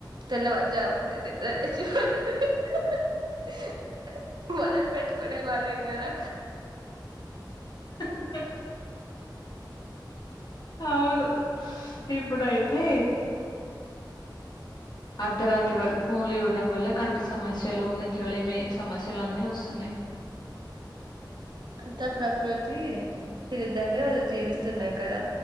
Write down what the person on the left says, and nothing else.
హ హ అవును ఇప్పుడు అయితే అర్ధరాత్రి వరకు ఫోన్లు చూడం వల్ల కంటి సమస్యలు నిద్రలేమి సమస్యలు అన్నీ వస్తున్నాయి